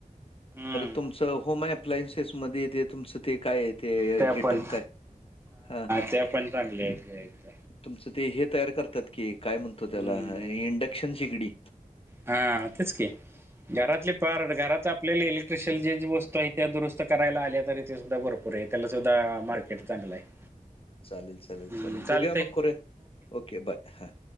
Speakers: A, on the right; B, on the left.
A: हम्म
B: त्याुम स होोम अप्लायनसेसमध्येध्येे तेेथून स ते काय ते
A: त्या
B: हिटर
A: पण
B: काय हा
A: त्या पण चांगल्या आहेत हे आहेत
B: तुमचं ते हे तयार करतात की काय म्हणतो
A: हम्म
B: त्याला इंडक्शन शिगडी
A: हा तेच की घरातले प घरात आपल्याले इलेक्ट्रिशियल जी वस्तू आहे त्या दुरुत करायला आल्या तरी तेे सुद्धा बरोबर पुर त्याला सुद्धा मार्केट चांगलं आहे
B: चालेल चालेल
A: हम्म
B: चालेल
A: चालतंय
B: बघूया मग खरे ओके बाय हा